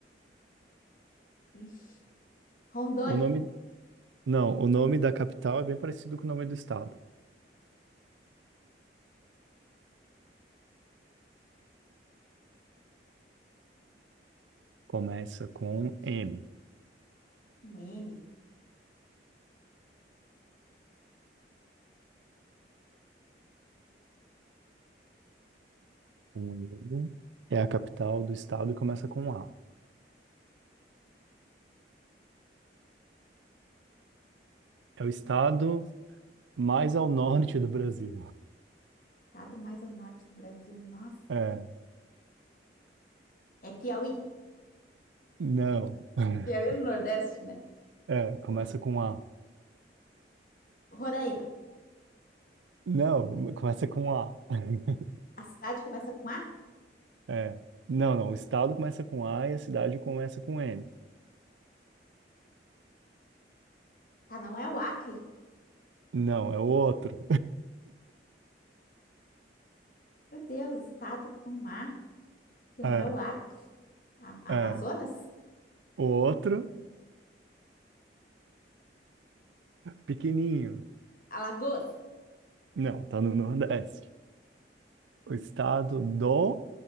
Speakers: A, on the left; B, on the right.
A: Ixi. Rondônia.
B: O nome, Não, o nome da capital é bem parecido com o nome do estado. Começa com M.
A: Um M.
B: O M é a capital do estado e começa com A. É o estado mais ao norte do Brasil.
A: Estado mais ao norte do Brasil. Nossa.
B: É,
A: É Piauí.
B: não. <laughs>
A: Piauí no Nordeste, né?
B: É, começa
A: Pô.
B: com A.
A: Roraima.
B: Não, começa com A. <laughs>
A: A cidade começa com A?
B: É. Não, não, o estado começa com A e a cidade começa com M.
A: Tá, não é o Acre.
B: Não, é o outro.
A: Meu Deus, estado com A, que não
B: É,
A: é o Acre. A-
B: é.
A: Amazonas?
B: O outro, pequenininho.
A: Alagoas?
B: Não, tá no Nordeste. O estado do